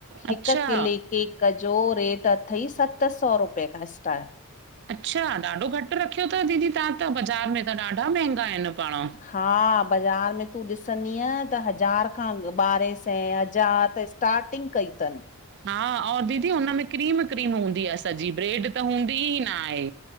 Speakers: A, on the left; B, on the right.
A: हिक
B: अच्छा
A: किले केक जो रेट अथई सत सौ रुपये खां स्टार्ट
B: अच्छा ॾाढो घटि रखियो थव दीदी तव्हां त बाज़ारि में त ॾाढा महांगा आहिनि पाण
A: हा बाज़ार में तूं ॾिसंदीअ त हज़ार खां ॿारहें सैं हज़ार त स्टारटिंग कईथनि
B: हा और दीदी हुनमें क्रीम क्रीम हूंदी आहे सॼी ब्रेड त हूंदी ई न आहे